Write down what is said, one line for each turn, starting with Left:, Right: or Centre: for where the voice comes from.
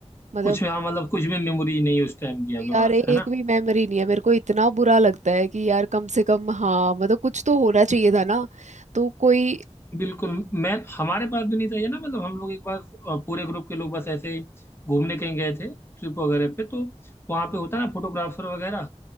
Right: मतलब
Left: कुछ हाँ मतलब कुछ भी मेमोरी नहीं उस टाइम की आपके
Right: यार
Left: पास
Right: एक
Left: है ना
Right: भी मेमोरी नहीं है मेरे को इतना बुरा लगता है कि यार कम से कम हाँ मतलब कुछ तो होना चाहिए था ना तो कोई
Left: बिल्कुल मैं हमारे पास भी नहीं था ये ना मतलब हम लोग एक बार अ, पूरे ग्रुप के लोग बस ऐसे ही घूमने कहीं गए थे ट्रिप वगैरह पे तो वहाँ पे होता ना फोटोग्राफर वगैरह